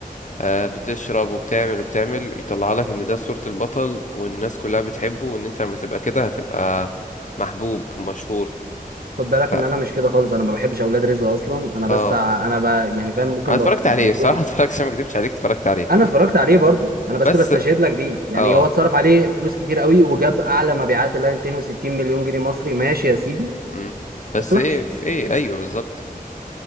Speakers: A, on the left; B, on the right.
A: آه، بتشرب وبتعمل وبتعمل يطلعها لك ان ده صورة البطل والناس كلها بتحبه وان انت لما تبقى كده هتبقى محبوب ومشهور
B: خد بالك
A: ف...
B: ان انا مش كده خالص انا ما بحبش اولاد رزق اصلا انا
A: اه
B: بس ع- انا ب... يعني فاهم ممكن
A: انا اتفرجت
B: ب... يعني
A: عليه
B: تقول
A: بصراحة <laughs> اتفرجت عشان ما اكدبش عليك اتفرجت عليه
B: انا اتفرجت عليه برضه انا بس
A: بس
B: بستشهد لك بيه يعني
A: اه
B: هو اتصرف عليه فلوس كتير قوي وجاب اعلى مبيعات اللي هي 260 مليون جنيه مصري ماشي يا سيدي
A: مم. بس
B: بس وحش
A: ايه في ايه ايوه بالظبط